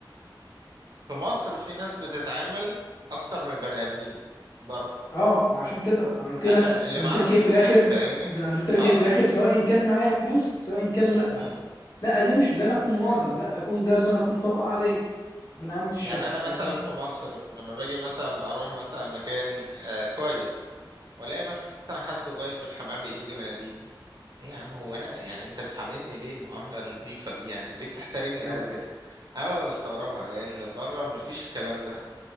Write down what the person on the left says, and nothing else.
اه ما عشان كده ما انا قلت
لك
انا
قلت لك
ايه في الاخر
انا قلت لك
ايه في الاخر سواء كان معايا فلوس سواء كان لا
لا دي مش اللي انا اكون معدم
لا اكون ده اللي انا اكون طبقه عاديه من عامه الشعب
فاهمني
ايوه